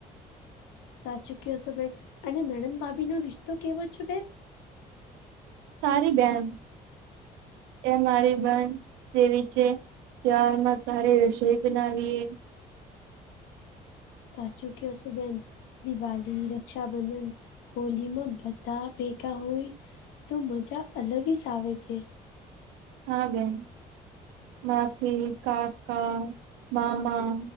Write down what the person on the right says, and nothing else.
સારી બેન એ મારી બેન જેવી છે. તહેવાર માં સારી રસોઈ બનાવીએ
હા બેન માસી, કાકા, મામા